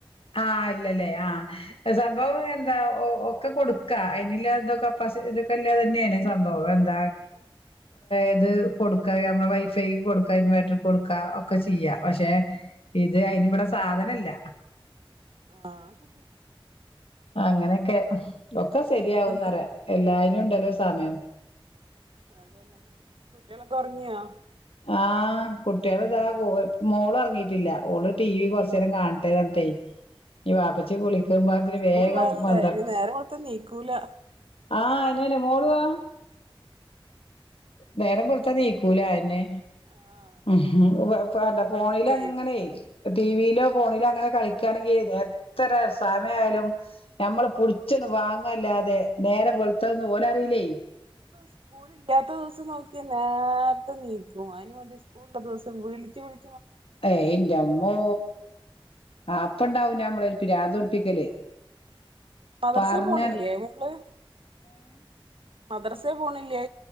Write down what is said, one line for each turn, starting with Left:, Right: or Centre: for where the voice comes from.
Left: ആ ഇല്ലല്ലേ ആ
Right: ചെയ്യും
Left: സംഭവം എന്ത ഒക്കെ കൊടുക്ക അതിനില്ല കപ്പാ ഇതക്കെല്ല തന്നെയാണ് സംഭവം എന്ത ഏത് കൊടുക്ക നമ്മ വൈഫൈ കൊടുക്ക ഇൻവേർട്ടർ കൊടുക്ക ഒക്കെ ചെയ്യാ
Right: ആഹ്
Left: പക്ഷെ ഇത് അതിന് ഇവിടെ സാധനമില്ല.
Right: ആഹ് ആഹ്
Left: അങ്ങനെയൊക്കെ- ഒക്കെ ശരിയാകുന്നു
Right: വേറെന്തൊക്കെ
Left: പറയും. എല്ലായിനും ഉണ്ടല്ലോ സമയം.
Right: അത് തന്നെ കുട്ടികളൊക്കെ ഉറങ്ങിയോ?
Left: ആ കുട്ടികള് ഇതാ മോള് ഉറങ്ങിയിട്ടില്ല. ഓള് ടി വി കുറച്ച് നേരം കാണട്ടെ പറഞ്ഞിട്ട് ന ബാപ്പച്ചി കുളിക്കുമ്പത്തേക്കിന്
Right: നാളെ സ്കൂളിള്ളല്ലേ
Left: വേഗം വന്തട്ട
Right: ഇനി നേരം വെളുത്ത നീക്കൂല
Left: ആ ആരാണ്? മോളുവോ. നേരം വെളുത്താ എണിക്കൂല അത് തന്നെ.
Right: ആ
Left: ഉം. എന്താ ഫോണിലങ്ങനെ
Right: ഇനിയിപ്പോ
Left: ടിവിയിലോ ഫോണിലോ അങ്ങനെ കളിക്ക ണെങ്കിൽ എത്ര സമയാലും നമ്മള് പിടിച്ചന് വാങ്ങന്നല്ലാതെ അതെ നേരംവെളുത്തതൊന്നുഓന റിയില്ലേ?
Right: ഇനിപ്പോ സ്കൂള ഇല്ലാത്ത ദിവസം നോക്കിയ നേരത്തെ നീക്കും അതിന് വേണ്ടി സ്കൂളുള്ളദിവസം വിളിച്ചു വിളി
Left: ഏയ് എന്റമ്മോ അപ്പൊണ്ടാവും നമ്മളൊരു പിരാന്ത് പിടിപ്പിക്കല്
Right: മദ്രസയിൽ
Left: പറഞ്ഞാ
Right: പോണില്ലേ മോള്? മദ്രസെ പോണില്ലേ